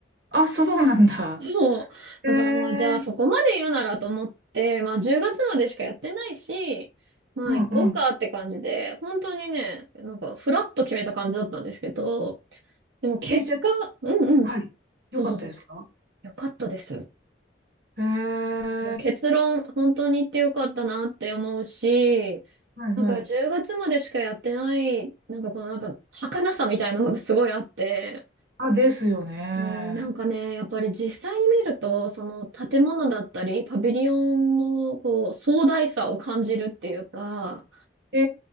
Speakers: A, on the right; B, on the right.
A: あ、そうなんだ。
B: <laughs> そう。
A: ええ
B: だからまあじゃあそこまで言うならと思って、まあ10月までしかやってないし、まあ行こうかって感じで、
A: うん、うん。
B: 本当にね、なんかフラッと決めた感じだったんですけど、でも結果、
A: え、じゃあ
B: うんうん、
A: はい。よかったですか
B: どうぞどうぞ。よかったです。
A: へえ、
B: もう結論、本当に行ってよかったなって思うし、
A: はいはい。
B: なんか10月までしかやってない、なんかこのなんか儚さみたいなのがすごいあって、
A: あ、ですよね。
B: うん、なんかね、やっぱり実際に見ると、その建物だったり、パビリオンのこう壮大さを感じるっていうか、
A: へ